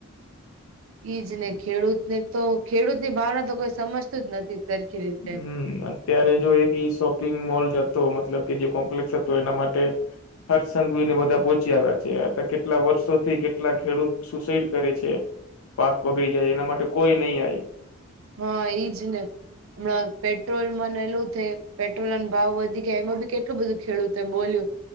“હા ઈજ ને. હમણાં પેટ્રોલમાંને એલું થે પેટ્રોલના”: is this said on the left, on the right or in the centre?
Right